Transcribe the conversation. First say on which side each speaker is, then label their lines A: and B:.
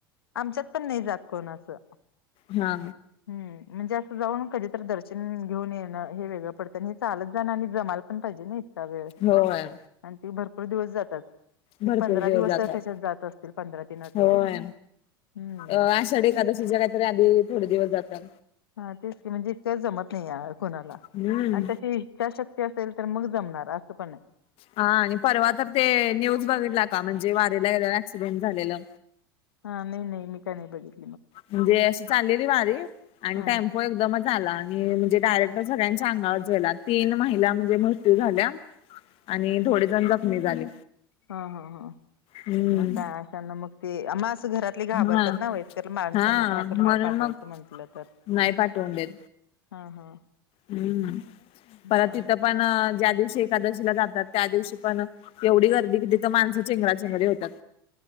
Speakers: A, on the left (about 80°); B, on the left (about 50°).
A: आमच्यात पण नाही जात कोण असं.
B: हा.
A: हम्म म्हणजे असं जाऊन कधीतरी दर्शन घेऊन येणं हे वेगळं पडतं आणि हे चालत जाणं आणि जमाल पण पाहिजे नाही. त्या वेळ
B: होय
A: आणि ते भरपूर दिवस जातात. एक
B: भरपूर
A: पंधरा दिवस
B: जातात
A: त्याच्यात जात असतील पंधरा तीन आठवडे
B: होय
A: हम्म.
B: अ आषाढी एकादशी <unintelligible> काही आधी थोडे दिवस जातात.
A: हा तेच म्हणजे इतकंच जमत नाही कुणाला
B: हम्म
A: आणि तशी इच्छा शक्ती असेल तर मग जमणार असं पण आहे.
B: हा आणि परवा तर ते न्यूज बघितला का म्हणजे वारेला गेल्यावर ऍक्सिडेंट झालेलं.
A: हा नाही नाही मी काय नाही बघितल.
B: म्हणजे अशी चाललेली वारी आणि
A: हा
B: टाम एकदमच आला आणि म्हणजे डायरेक्ट सगळ्यांच्या अंगावर गेला तीन महिला म्हणजे मृत्यू झाल्या. आणि थोडे जण जखमी झाले.
A: ह ह ह
B: हम्म
A: मग का अशांना मग ते आ मास घरात घाबरतात
B: हा
A: ना व माणसांना
B: हा
A: पण अस
B: म्हणून
A: बाहेर पाठवायच
B: मग
A: म्हंट तर.
B: नाही पाठवून देत
A: हा हा.
B: हम्म परत
A: चालेल
B: तिथं पण ज्या दिवशी एकादशीला जातात त्या दिवशी पण. एवढी गर्दी किती तर माणसं चेंगरा चेंगरी होतात.